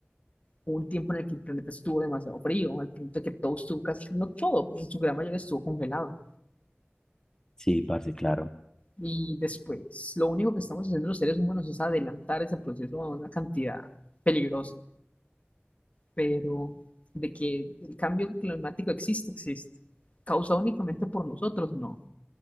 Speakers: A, on the left (about 35°); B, on the left (about 15°).
A: Hubo un tiempo en el que el planeta estuvo demasiado frío, al punto de que todo estuvo casi, no todo, pero en su gran mayoría estuvo congelado.
B: Sí, parce, claro.
A: Y después, lo único que estamos haciendo los seres humanos es adelantar ese proceso a una cantidad peligrosa, pero de que el cambio climático existe, existe. Causado únicamente por nosotros, no,